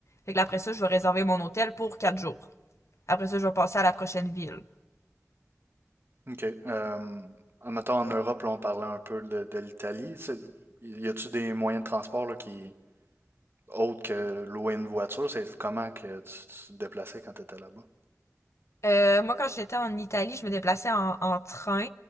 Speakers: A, on the left; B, on the right.
A: Fait que là, après ça, je vais réserver mon hôtel pour quatre jours. Après ça, je vais passer à la prochaine ville.
B: OK. Euh, mettons, en Europe, là, on parlait un peu de, de l'Italie. C'est- Y a-tu des moyens de transport là, qui, autres que louer une voiture, c'est comment que tu, tu te déplaçais quand tu étais là-bas?
A: Euh, moi, quand j'étais en Italie, je me déplaçais en, en train.